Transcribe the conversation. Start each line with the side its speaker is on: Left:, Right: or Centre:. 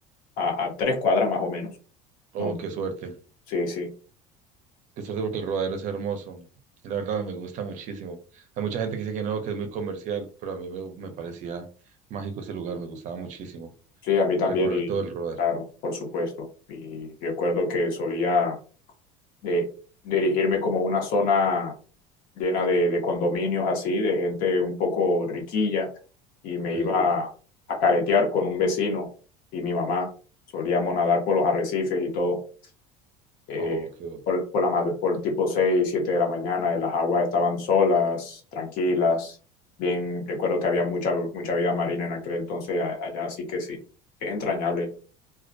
Left: a tres cuadras más o menos.
Right: oh,
Left: No,
Right: qué suerte.
Left: sí, sí,
Right: Qué suerte porque el rodadero es hermoso. Y la verdad me gusta muchísimo. Hay mucha gente que dice que no, que es muy comercial, pero a mí me, me parecía mágico ese lugar, me gustaba muchísimo
Left: sí, a mí también,
Right: recorrer
Left: y
Right: todo el rodadero.
Left: claro, por supuesto. Y recuerdo que solía de dirigirme como a una zona llena de, de condominios así, de gente un poco riquilla, y me
Right: Sí.
Left: iba a, a caretear con un vecino y mi mamá. Solíamos nadar por los arrecifes y todo, eh,
Right: Oh, qué, bo-
Left: por, por la madre, por tipo 6 7 de la mañana, y las aguas estaban solas, tranquilas. Bien, recuerdo que había mucha, mucha vida marina en aquel entonces a- allá, así que sí, es entrañable.